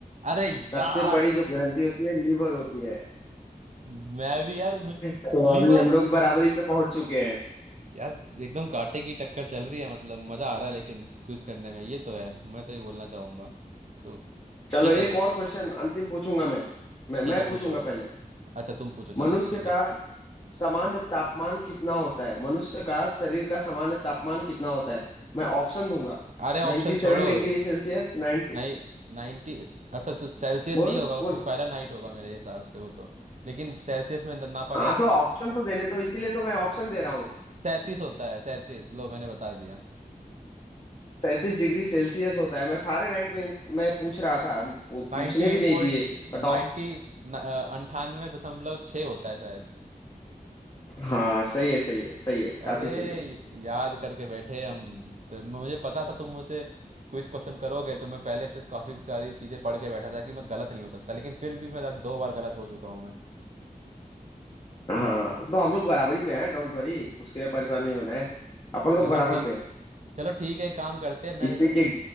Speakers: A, on the right (about 50°); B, on the left (about 30°).
A: अरे
B: सबसे
A: यार
B: बड़ी जो ग्रंथि होती है लीवर होती है
A: मैं भी यार मुझे
B: तो
A: लीवर
B: अभी हम लोग बराबरी पे पहुंच चुके हैं
A: यार एकदम कांटे की टक्कर चल रही है मतलब मजा आ रहा है लेकिन क्विज करने में ये तो है मैं तो ये बोलना चाहूंगा तो
B: चलो
A: ठीक
B: एक
A: है अच्छा
B: और क्वेश्चन अंतिम पूछूंगा मैं मैं मैं
A: ठीक है
B: पूछूंगा
A: पूछो
B: पहले
A: अच्छा तुम पूछो
B: मनुष्य
A: चलो ठीक
B: का
A: है
B: सामान्य तापमान कितना होता है मनुष्य का शरीर का सामान्य तापमान कितना होता है मैं ऑप्शन दूंगा
A: अरे
B: 97
A: ऑप्शन छोड़ो
B: डिग्री सेल्सियस 90
A: नहीं नाइन्टी अच्छा तो सेल्सियस
B: बोलो
A: नहीं होगा वो
B: बोलो
A: फ़ारेनहाइट होगा मेरे हिसाब से वो तो लेकिन सेल्सियस में नापा
B: हाँ
A: जाए
B: तो
A: तो
B: ऑप्शन तो देने दो इसीलिए तो मैं ऑप्शन दे रहा हूँ
A: सैंतीस होता है सैंतीस लो मैंने बता दिया
B: सैंतीस डिग्री सेल्सियस होता है मैं फारेनहाइट में मैं पूछ रहा था अभी पू-
A: नाइन्टी
B: पूछने भी
A: एट
B: नहीं
A: पॉइंट
B: दिए बताओ
A: नाइन्टी अंठानवे दशमलव छः होता है शायद
B: हाँ सही है सही है सही है काफी
A: अरे
B: सही है
A: याद करके बैठे हम तो मुझे पता था तुम मुझसे क्विज क्वेश्चन करोगे तो मैं पहले से काफ़ी सारी चीज़ें पढ़ के बैठा था कि मैं गलत नहीं हो सकता लेकिन फिर भी मैं दो बार गलत हो चुका हूँ मैं
B: हाँ तो हम लोग बराबरी पे हैं डोंट वरी उसके लिए परेशान नहीं होना है अपन लोग
A: चलो
B: बराबर
A: ठीक
B: पे हैं
A: चलो ठीक है एक काम करते हैं मैं
B: किसी के